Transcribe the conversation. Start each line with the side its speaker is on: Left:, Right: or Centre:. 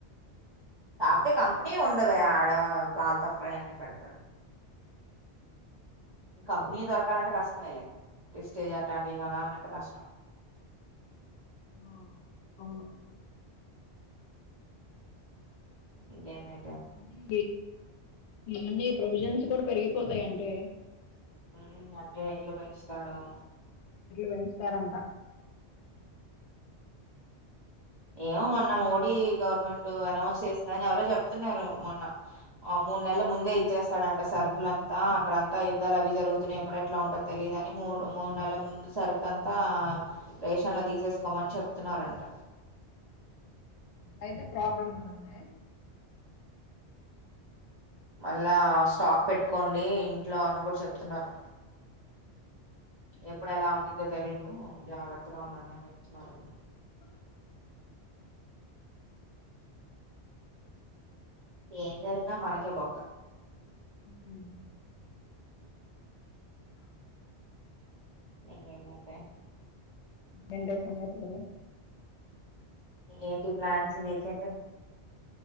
Right: కాకతే కంపెనీ ఉండవ ఆడ తళతఫ్రా అన్న పెడతాడు కంపెనీ దొరకాలంటే కష్టమేలే రిస్టేజ్ అట అంటే కొనాలంటే కష్టం
Left: ఆ అవును
Right: ఇంకేందైతే
Left: మనీ మన్న ప్రొవిజన్స్ కూడా పెరిగిపోతాయంటే
Right: అన్ని నేళ్లు పెంచుతాడు అవును
Left: వెనిస్తారంతా
Right: ఏమో మొన్న మోడీ గవర్నమెంట్ అనౌన్స్ చేసి దాని ఎవరో చెప్తున్నారు మొన్న ఆ మూడు నెల ముందే ఇచ్చేస్తా అక్కడంట సరుకులంతా అక్కడంతా యుద్ధాలు అవి జరుగుతున్నాయి ఎప్పుడెట్లా ఉంటుందో తెలీయదుని మూడు మూడు నెలల ముందు సరుకు అంతా రేషన్లో తీసేసుకోమని చెప్తున్నారంట
Left: అయితే ప్రాబ్లం ఉందింది
Right: మళ్ళా స్టాక్ పెట్టుకోండి ఇంట్లో అని కూడా చెప్తున్నారు ఎప్పుడు ఎలా ఉండి ధ తె లేదు జాగ్రత్తగా ఉండండి అని చెప్తున్నారండి
Left: అ
Right: ఏం జరు మనకి ఒకే బక్క
Left: హ
Right: ఇంకేం అండి
Left: ఎంటి సంగతులు
Right: ఏంటి ప్లాన్స్ వీకెండ్